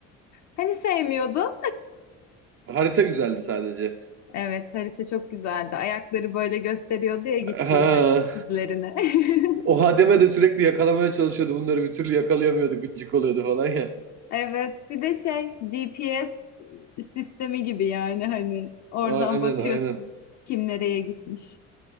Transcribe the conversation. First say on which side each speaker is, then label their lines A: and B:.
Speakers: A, on the left (about 50°); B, on the right (about 35°).
A: hani sevmiyordun?
B: Harita güzeldi sadece.
A: Evet, harita çok güzeldi. Ayakları böyle gösteriyordu ya gittiğini,
B: Ha,
A: izlerini. <laughs>
B: o Hademe de sürekli yakalamaya çalışıyordu. Bunları bir türlü yakalayamıyordu. Gıcık oluyordu falan ya.
A: Evet, bir de şey GPS sistemi gibi yani hani oradan
B: Aynen
A: bakıyorsun
B: aynen.
A: kim nereye gitmiş.